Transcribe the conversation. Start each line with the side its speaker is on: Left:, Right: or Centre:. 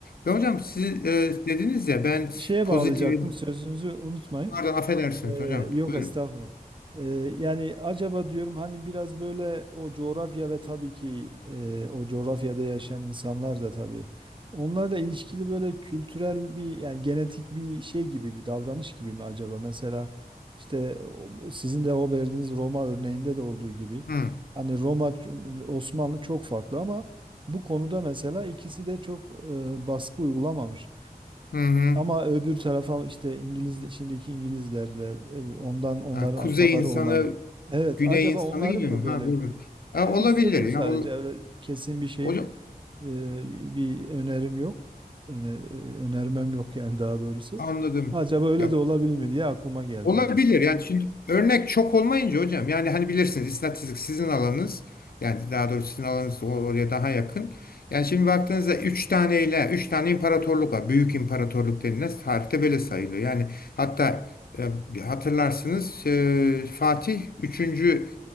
Left: Ve hocam siz
Right: Evet.
Left: e, dediniz ya ben
Right: Ben şeye
Left: pozitif
Right: bağlayacaktım sözünüzü unutmayın.
Left: pardon affedersiniz
Right: Ee,
Left: hocam.
Right: yok
Left: Buyurun.
Right: estağfurullah. Ee, yani acaba diyorum hani biraz böyle o coğrafya ve tabii ki e, o coğrafyada yaşayan insanlar da tabii onlarla ilişkili böyle kültürel bir yani genetik bir şey gibi bir davranış gibi mi acaba? Mesela işte o- sizin de o verdiğiniz Roma örneğinde de olduğu gibi
Left: Hı
Right: hani Roma ç- Osmanlı çok farklı ama bu konuda mesela ikisi de çok e, baskı uygulamamış.
Left: hı. hı.
Right: Ama öbür tarafa işte İngiliz şimdiki İngilizlerle e, ondan onların
Left: Ha, kuzey
Right: ataları
Left: insanı,
Right: olan evet
Left: güney
Right: acaba
Left: insanı
Right: onların
Left: gibi
Right: mı
Left: mi?
Right: böyle
Left: Ha burada.
Right: bir
Left: Ha,
Right: yani bir
Left: olabilir
Right: soruyu
Left: ya.
Right: sadece
Left: Ol-
Right: öyle kesin bir şeyim
Left: o-
Right: ee, bir önerim yok. Öne, e, önermem yok yani daha doğrusu.
Left: anladım.
Right: Acaba öyle
Left: Ya
Right: de olabilir mi diye aklıma geldi.
Left: Olabilir.
Right: Evet.
Left: Yani şimdi örnek çok olmayınca hocam yani hani bilirsiniz istatistik sizin alanınız yani daha doğrusu sizin alanınız o- oraya daha yakın. Yani şimdi baktığınızda 3 tane ile 3 tane imparatorluk var. Büyük imparatorluk denilen tarihte böyle sayılıyor. Yani hatta e, hatırlarsınız e, Fatih 3.